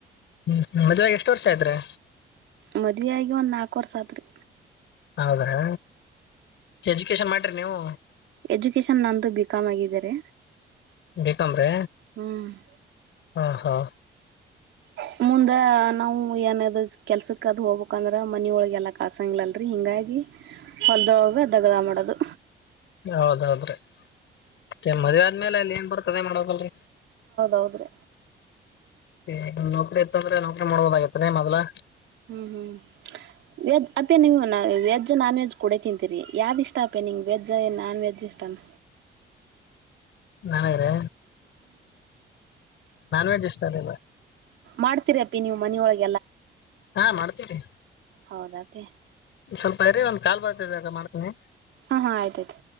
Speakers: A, on the left; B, on the right.
A: ಹ್ಮ್ ಮದುವೆಯಾಗಿ ಎಷ್ಟು ವರ್ಷ ಆಯತು ರಿ
B: ಮದುವೆ ಆಗಿ ಒಂದ್ ನಾಲ್ಕ ವರ್ಷಾದ್ರಿ
A: ಹೌದ್ರಾ ಎಜುಕೇಶನ್ ಮಾಡ್ರಿ ನೀವು
B: ಎಜುಕೇಶನ್ ನಂದು ಬಿಕಾಮ್ ಆಗಿದ್ದಾರೆ
A: ಬಿಕಮ್ ರಿ
B: ಹ್ಮ್
A: ಹಾ ಹಾ
B: ಹ್ಮ ಮುಂದೆ ನಾವು ಏನಾದ ಕೆಲ್ಸಕ್ಕ ಅದು ಹೋಗ್ಬೇಕಂದ್ರೆ ಮನೊಳಗೆಲ್ಲ ಕಾಸಂಗಲ್ಲಲ್ರರಿ ಹೀಂಗಾಗಿ ಹೊಲ್ದೊಳಗ ದಗಲ ಮಾಡೋದು
A: ಹೌದೌದ್ರಿ ಮತ್ತೆ ಮದ್ವೆ ಆದ್ಮೇಲೆ ಅಲ್ಲಿ ಏನ್ ಬರ್ತದೆ ಮಾಡಕಲ್ರರಿ
B: ಹೌದ್ರೆ
A: ಏ ನೌಕ್ರರಿ ಇತ್ತ ಅಂದ್ರೆ ನೌಕ್ರರಿ ಮಾಡ್ಬೋದಗೇತ್ರಿ ಮೊದ್ಲ
B: ಹ್ಮ್ ಹ್ಮ್ ವೆಜ್ ಅ ನೀ ವೆಜ್ ನಾನ್ ವೆಜ್ ಕುಡೆ ತಿಂತೀರಿ ಯಾವ್ದು ಇಷ್ಟ ಅಪೆನಿಂ ವೆಜ್ ನಾನ್ ವೆಜ್ಜ್ ಇಷ್ಟಾನ
A: ನನಗ್ರೆ ವೆಜ್ ಇಷ್ಟ ರೀ
B: ಮಾಡ್ತೀರಪ್ಪಿ ನೀವು ಮನ ಒಳಗೆ
A: ಹಾ ಮಾಡ್ತೀರಿ
B: ಹೌದಾ ಅಪ್ಪಿ
A: ಸ್ವಲ್ಪ ಇರಿ ಒಂದ್ ಕಾಲ್ ಬರ್ತಿದಾಗ ಮಾಡ್ತೀನಿ
B: ಹಾ ಹಾ ಆಯ್ತ ಆಯ್ತು